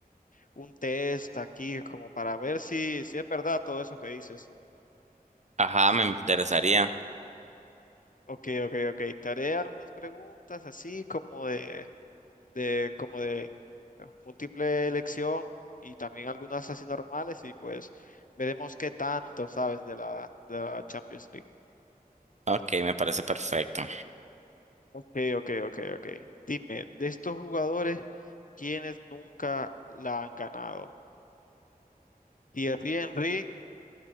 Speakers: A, on the left; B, on the right.
A: un test aquí como para ver si, si es verdad todo eso que dices.
B: Ajá, me interesaría.
A: Ok, ok, ok. Te haré algunas preguntas así como de, de como de múltiple elección y también algunas así normales y pues veremos qué tanto sabes de la, de la Champions League.
B: Ok, me parece perfecto.
A: Ok, ok, ok, ok. Dime, de estos jugadores, ¿quiénes nunca la han ganado? ¿Thierry Henry,